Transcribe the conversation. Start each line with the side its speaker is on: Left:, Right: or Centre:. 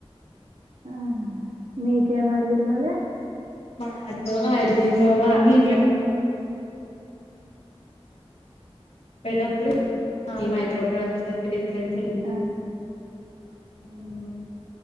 Right: ఆ మీకే మడిగిరు మల్లె
Left: మాకు అడిగిండ్రు మా మేము ఎప్
Right: <inaudible>
Left: చెప్పేటప్పుడు ఈ మైక్రో ప్రాసెసర్ కి డిఫరెన్స్ ఏంది
Right: ఆ
Left: ఉమ్